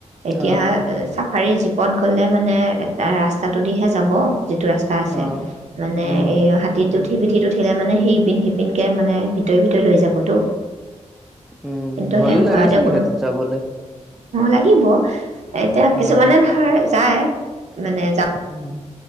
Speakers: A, on the right; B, in the centre.
A: এতিয়া
B: অ',
A: হাৰী জীপত গ'লে মানে এ ৰাস্তাটোদিহে যাব যিটো ৰাস্তা
B: অ',
A: আছে মানে
B: উম,
A: এই হাতীৰটোত উঠি পিঠিত উঠিলে মানে সিপিন সিপিনকৈ মানে ভিতৰ ভিতৰ লৈ যাব টো
B: উম,
A: কিন্তু
B: ভয়ো
A: সেই
B: লাগে
A: ভয়তে
B: চাগে
A: কোনো
B: সেইটোত যাবলে।
A: লাগিব এতিয়া
B: অ',
A: কিছুমানে ধৰ যায় মানে যা
B: উম,